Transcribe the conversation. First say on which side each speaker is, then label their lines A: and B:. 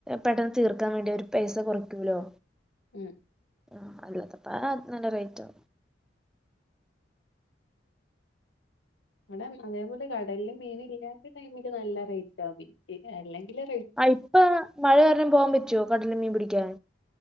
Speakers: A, in the centre; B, on the left.
A: പെട്ടെന്ന് തീർക്കാൻ വേണ്ടി അവരു പൈസ കുറയ്ക്കൂലോ.
B: ആഹ്
A: ആഹ് അല്ലാതപ്പ ത് നല്ല റേറ്റാ.
B: ഇവിടെ അതേപോലെ കടലിലു മീനില്ലാത്ത ടൈമില് നല്ല റേറ്റാ മീന് അല്ലെങ്കിലു റേ
A: ആഹ് ഇപ്പ മഴ കാരണം പോവാൻ പറ്റോ കടലിൽ മീൻ പിടിക്കാൻ?